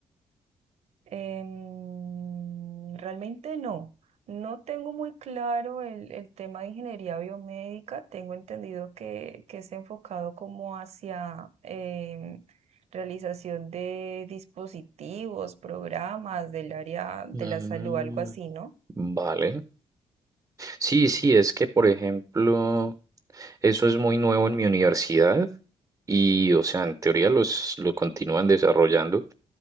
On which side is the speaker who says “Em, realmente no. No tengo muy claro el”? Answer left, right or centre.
Right